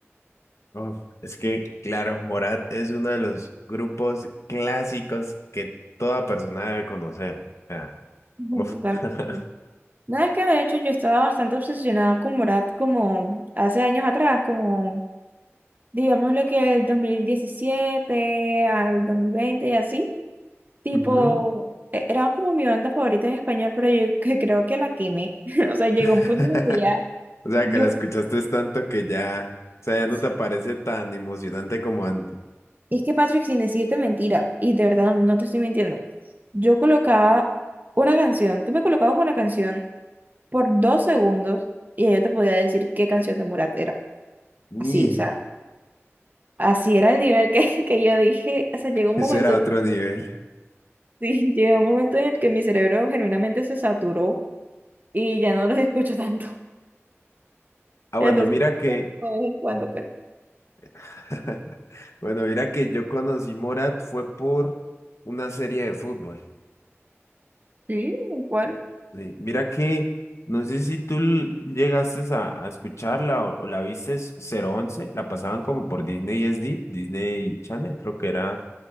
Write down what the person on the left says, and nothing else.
Uf, es que, claro, Morat es uno de los grupos clásicos que toda persona debe conocer. O sea,
uf.
<laughs>
Ujú.
<laughs>
O sea,
que la escuchaste es tanto que ya, o sea, ya
no te parece tan emocionante como antes.
Y
eso
era otro nivel.
Ah,
bueno, mira
que,
<laughs> bueno, mira que yo conocí Morat fue por una serie de fútbol.
Sí, mira que, no sé si tú l- llegaste a, a escucharla o, o la viste es cero once la pasaban como por Disney SD, Disney Channel, creo que era